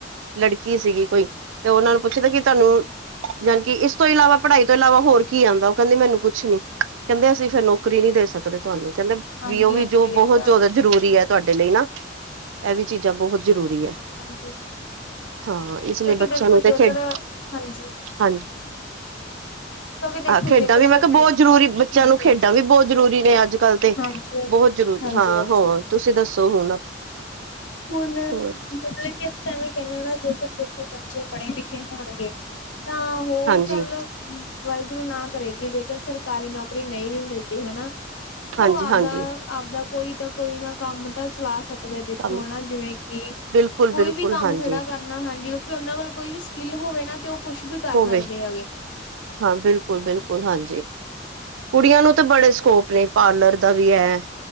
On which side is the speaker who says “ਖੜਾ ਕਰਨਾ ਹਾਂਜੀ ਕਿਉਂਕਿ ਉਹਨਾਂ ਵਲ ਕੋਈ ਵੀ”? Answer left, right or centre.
Left